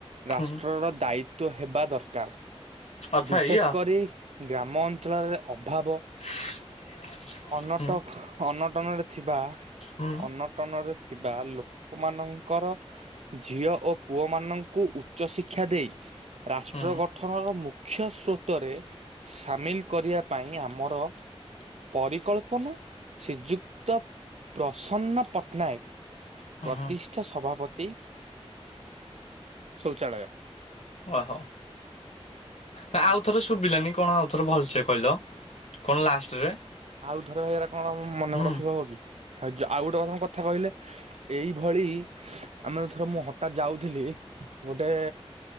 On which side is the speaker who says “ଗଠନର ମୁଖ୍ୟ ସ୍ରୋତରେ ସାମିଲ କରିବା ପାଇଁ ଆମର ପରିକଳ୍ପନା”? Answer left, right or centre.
Right